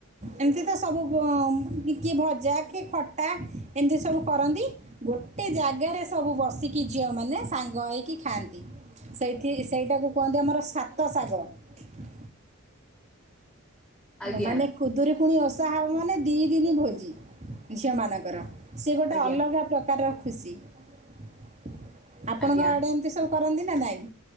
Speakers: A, on the right; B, in the centre.
A: ଏମିତି ତ ସବୁ ପୁଅ କିଏ ଭଜା କିଏ ଖଟା ଏମିତି ସବୁ କରନ୍ତି ଗୋଟେ ଜାଗାରେ ସବୁ ବସିକି ଝିଅମାନେ ସାଙ୍ଗ ହେଇକି ଖାଆନ୍ତି। ସେଇଠୀ ସେଇଟାକୁ କୁହନ୍ତି ଆମର ସାତ ଶାଗ ।
B: ଆଜ୍ଞା
A: ମାନେ ଖୁଦୁରୁ କୁଣି ଓଷା ହବ ମାନେ ଦି ଦିନି ଭୋଜି ଝିଅ ମାନଙ୍କର ସିଏ ଗୋଟେ
B: ଆଜ୍ଞା
A: ଅଲଗା ପ୍ରକାରର ଖୁସି । ଆପଣଙ୍କ
B: ଆଜ୍ଞା
A: ଆଡେ ଏମିତି ସବୁ କରନ୍ତି ନା ନାଇଁ?